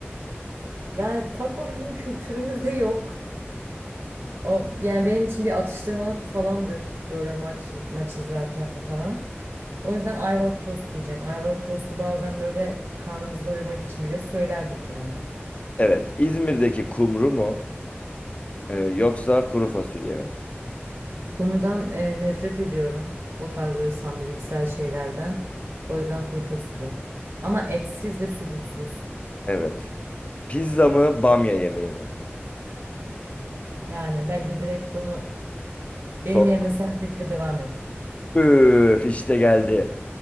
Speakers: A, on the right (about 65°); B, on the left (about 30°).
A: Yani taco bizim kültürümüzde yok. O yani benim için bir atıştırmalık falandır böyle maç maç izlerken falan. O yüzden Ayvalık tost diyeceğim. Ayvalık tostu bazen böyle karnımızı doyurmak için bile söylerdik yani.
B: Evet. İzmir'deki kumru mu, Ee, yoksa kuru fasulye mi?
A: Kumrudan e, nefret ediyorum. O tarz böyle sandviçsel şeylerden. O yüzden kuru fasulye. Ama etsiz ve sucuksuz.
B: Evet. Pizza mı, bamya yemeği mi?
A: Yani bence direkt bunu
B: Son.
A: benim yerime sen seç ve devam et.
B: Üf, işte geldi.